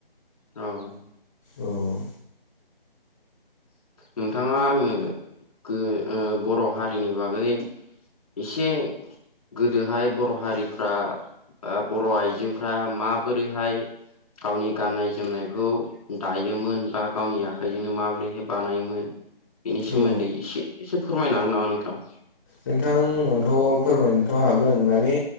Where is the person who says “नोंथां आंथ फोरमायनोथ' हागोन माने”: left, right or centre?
Left